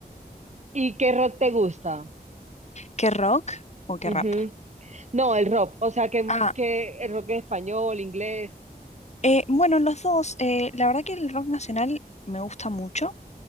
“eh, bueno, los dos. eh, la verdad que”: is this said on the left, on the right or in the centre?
Left